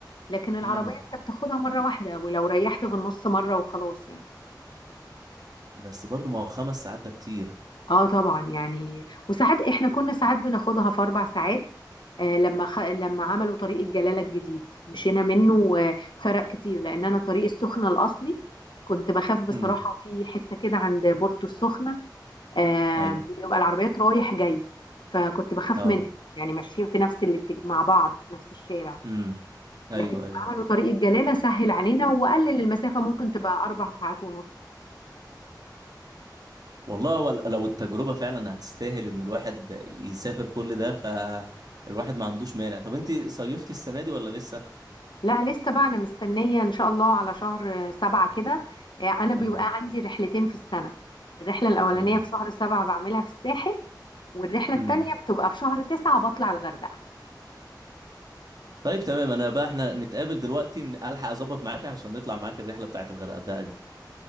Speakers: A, on the left; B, on the right.
A: لكن العربيه
B: امم
A: انت بتاخدها مره واحده ولو ريحت في النص مره وخلاص يعني
B: بس برضه ما هو خمس ساعات ده كتير
A: اه طبعا يعني وساعات احنا كنا ساعات بناخدها في اربع ساعات آه لما خ... لما عملوا طريق الجلاله الجديد مشينا منه وفرق كتير لان انا طريق السخنه الاصلي كنت بخاف بصراحه
B: امم
A: في حته كده عند بورتو السخنه آه
B: ايوه
A: بيبقى العربيات رايح جاي فكنت بخاف
B: اه
A: منها يعني ماشيين في نفس الاتج... مع بعض في نفس الشارع
B: امم ايوه
A: لكن هم
B: ايوه
A: عملوا طريق الجلالة سهل علينا وقلل المسافة ممكن تبقى أربع ساعات ونص
B: والله هو ال- لو التجربة فعلا هتستاهل ان الواحد يسافر كل ده فالواحد ما عندوش مانع طب انت صيفتي السنة دي ولا لسه
A: لا لسه بقى أنا مستنية إن شاء الله على شهر آه، سبعة كده آه، أنا بيبقى
B: امم
A: عندي رحلتين في السنة الرحلة الأولانية
B: تمام
A: في شهر سبعة بعملها في الساحل والرحلة
B: امم
A: التانية بتبقى في شهر تسعة بطلع الغردقة
B: طيب تمام انا بقى احنا نتقابل دلوقتي إن- الحق اظبط معاك علشان نطلع معاك الرحله بتاعت الغردقه دي